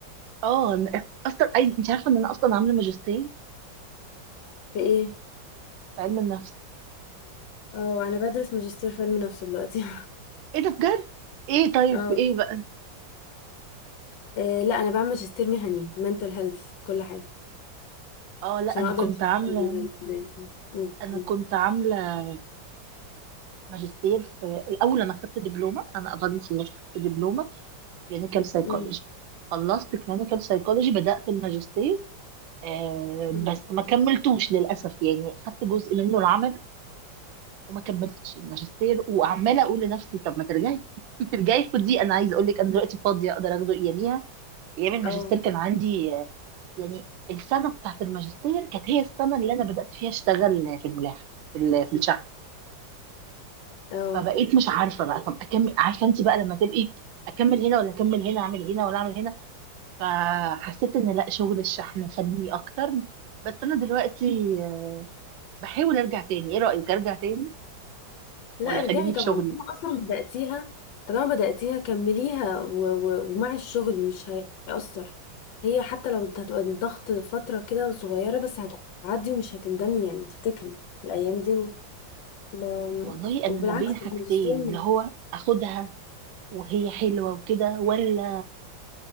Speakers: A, on the right; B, on the left.
A: اه أنا اصلا عايز انت عارفه ان انا اصلا عامله ماجستير
B: في ايه
A: في علم النفس
B: اه انا بدرس ماجستير في علم نفس دلوقتي
A: ايه ده بجد ايه
B: <laughs>
A: طيب
B: اه
A: في ايه بقى
B: إيه، لا انا بعمل ماجستير مهني mental health كل حاجة
A: اه لا
B: عشان
A: انا
B: اقدر
A: كنت
B: أشتغل
A: عامله
B: بالملك ده. م-
A: انا
B: م-
A: كنت عامله ماجستير في الاول انا خدت دبلومه انا بعد ما خلصت خدت دبلومه في كلينيكال سايكولوجي
B: م-
A: خلصت كلينيكال سايكولوجي بدات الماجستير آه
B: م.
A: بس ما كملتوش للاسف يعني خدت جزء منه العمل وما كملتش الماجستير وعماله اقول لنفسي طب ما ترجعي <laughs> ترجعي خدي انا عايزه اقول لك انا دلوقتي فاضيه اقدر اخده اياميها ايام الماجستير
B: اه
A: كان عندي آه، يعني السنه بتاعت الماجستير كانت هي السنه اللي انا بدات فيها اشتغل في الملاحه في ال- في الشحن
B: اه
A: فبقيت مش عارفه بقى طب اكمل عارفه انت بقى لما تبقي اكمل هنا ولا اكمل هنا اعمل هنا ولا اعمل هنا فحسيت ان لا شغل الشحن فني اكتر بس انا دلوقتي بحاول ارجع تاني ايه رايك ارجع تاني
B: <laughs> لا
A: ولا
B: ارجعي
A: خليني
B: طبعا
A: في شغلي
B: طالما اصلا بدأتيها طالما بدأتيها كمليها و... و... ومع الشغل مش هيأثر هي حتى لو هتبقى ضغط فترة كده صغيرة بس هتعدي ومش هتندمي يعني تفتكري الأيام دي ما-
A: والله انا
B: وبالعكس
A: ما بين حاجتين
B: الماجستير م-
A: اللي هو اخدها وهي حلوه وكده ولا